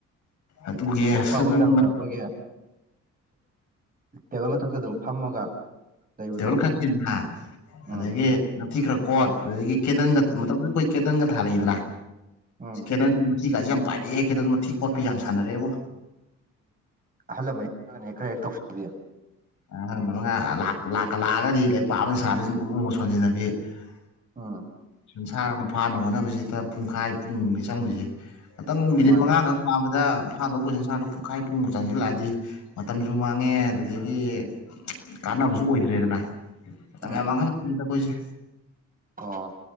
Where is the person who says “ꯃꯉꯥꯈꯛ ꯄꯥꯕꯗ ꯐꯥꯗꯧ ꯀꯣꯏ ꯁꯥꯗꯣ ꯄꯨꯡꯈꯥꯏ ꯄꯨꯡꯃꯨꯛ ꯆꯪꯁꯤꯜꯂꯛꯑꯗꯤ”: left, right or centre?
Left